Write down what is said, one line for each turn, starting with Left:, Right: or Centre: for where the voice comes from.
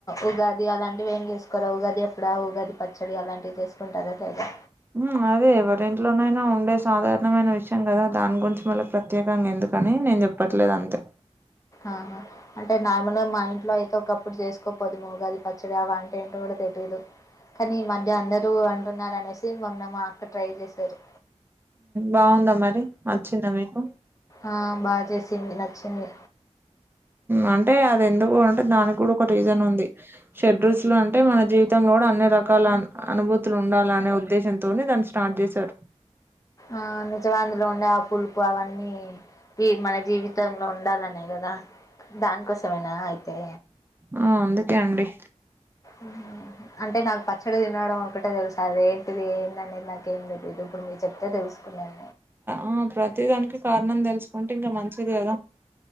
Left: ఉగాది అలాంటివి ఏం చేస్కోరా ఉగాది ఎప్పుడా ఉగాది పచ్చడి అలాంటివి చేసుకుంటారా లేదా
Right: మ్ అదే ఎవరింట్లోనైనా ఉండే సాధారణమైన విషయం కదా దాన్ గురించి మళ్ళీ ప్రత్యేకంగా ఎందుకు కని నేన్ చెప్పట్లేద్ అంతే
Left: అవునా అంటే నార్మల్గా మా ఇంట్లో అయితే ఒకప్పుడు చేసుకోపోదు ఉగాది పచ్చడి అవంట ఏంటో గుడ తెలీదు కనీ ఈ మధ్య అందరూ అంటున్నార్ అనేసి మొన్న మా అక్క ట్రై చేశారు.
Right: బాగుందా మరి నచ్చిందా మీకు?
Left: ఆ బాగ చేసింది నచ్చింది.
Right: అంటే అది ఎందుకు అంటే దానిక్ కూడా ఒక రీజన్ ఉంది. షడ్రుచులు అంటే మన జీవితంలో కూడా అన్ని రకాల అన్ అనుభూతులు ఉండాలనే ఉద్దేశంతోని దాన్ స్టార్ట్ చేసారు.
Left: ఆ నిజమే అందులో ఉండే ఆ పులు పు అవన్నీ మన జీవితంలో ఉండాలనే గదా దాన్ కోసమేనా అయితే
Right: ఆ అందుకే అండి.
Left: ఆ అంటే నాకు పచ్చడ తినడం ఒకటే తెల్సు అది ఏంటిది ఏందనేది నాకేం తెలీదు ఇప్పుడు మీర్ చెప్తే తెల్సుకున్నాను.
Right: ఆ ప్రతిదానికి కారణం తెలుసుకుంటే ఇంకా మంచిది కదా